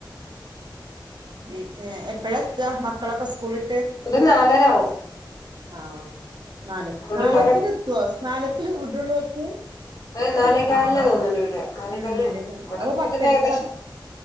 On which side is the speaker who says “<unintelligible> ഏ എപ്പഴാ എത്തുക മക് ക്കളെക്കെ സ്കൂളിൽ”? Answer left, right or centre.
Right